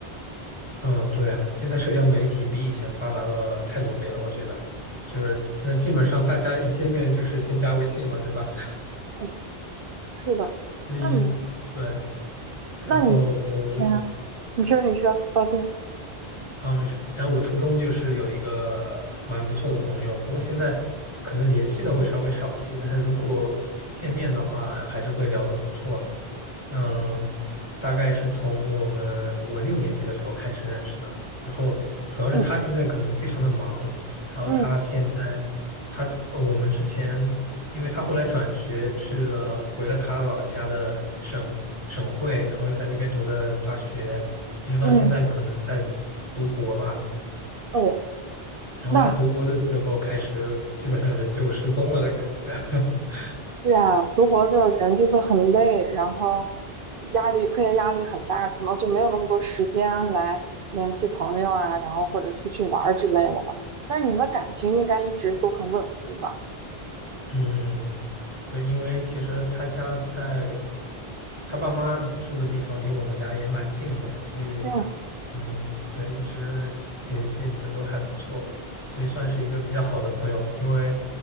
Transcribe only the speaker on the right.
嗯，是的。
那你，
那你前，你说，你说，抱歉。
嗯
嗯
嗯，哦。
那
是啊，读博就是人就会很累，然后压力，课业压力很大，可能就没有那么多时间来联系朋友啊，然后或者出去玩儿之类的了。但是你们的感情应该一直都很稳固吧？
嗯，